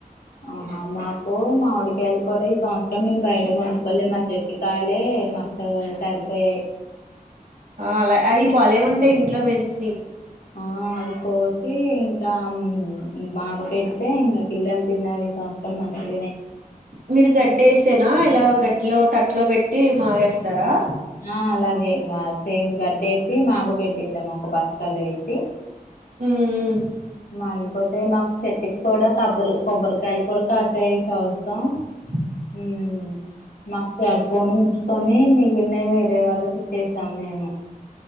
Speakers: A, on the left (about 80°); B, on the right (about 65°).
A: ఆహా మాకు మామిడికాయలు కూడా ఈ సంవత్సరం మేము బయట కొనుక్కోలే మా చెట్టుకాయ లే మాకు సరిపోయాయి
B: ఆ అలా అయి భలే ఉంటాయి ఇంట్లో పెంచినయ్
A: ఆ అవి కోసి ఇంకా మాగ పెడితే ఇంకా పిల్లలు తిన్నారు ఈ సంవత్సరం మంచిగానే
B: మీరు గడ్డిసేన ఇలా గడ్డిలో తట్లో పెట్టి మాగేస్తారా
A: ఆ అలాగే ఇంకా సేమ్ గడ్డ వేసి మాగ పెట్టేసాం ఒక బస్తలో ఏసి
B: ఉమ్
A: మాగిపోతే మాకు చెట్టుకి కూడా కబ్బరి కొబ్బరికాయలు కూడా కాసాయి ఈ సంవత్సరం
B: అ
A: ఉమ్ మాకు సరిపోని ఉంచుకొని మీ ఉన్నయి వేరే వాళ్ళకి ఇచ్చేసాం మేము